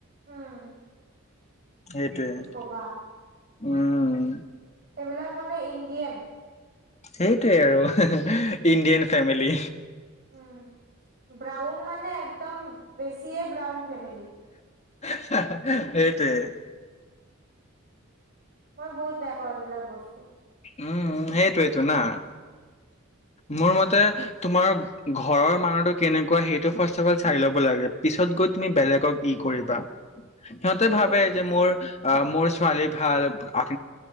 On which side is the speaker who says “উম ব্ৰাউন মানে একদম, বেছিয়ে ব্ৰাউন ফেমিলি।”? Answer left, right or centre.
Right